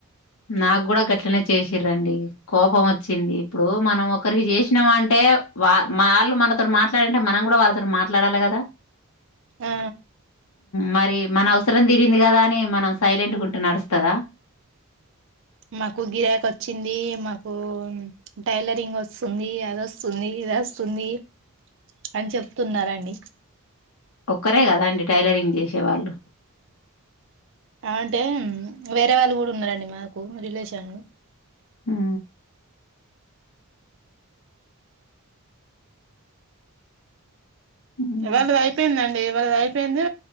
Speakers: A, on the left; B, on the right.
A: నాకు కూడా గట్లనే చేసిరండి కోపం వచ్చింది ఇప్పుడు మనం ఒకరికి చేసినాం అంటే వా వాళ్ళు మనతోటి మాట్లాడింటే మనం కూడా వాళ్ళతో మాట్లాడాలే కదా అ
B: ఆ
A: మరి మరి మన అవసరం తీరింది కదా అని మనం సైలెంట్గా ఉంటే నడుస్తదా
B: మాకు గిరాక్ వచ్చింది మాకు టైలరింగ్ వస్తుంది అది వస్తుంది ఇది వస్తుంది అని చెప్తున్నారండి
A: ఒక్కరే కదా అండి టైలరింగ్ చేసేవాళ్ళు
B: అ అంటే వేరే వాళ్ళు కూడా ఉన్నారండి మాకు రిలేషన్లు
A: హు హ్మ్
B: వాళ్ళది అయిపోయిందండి వాళ్ళది అయిపోయింది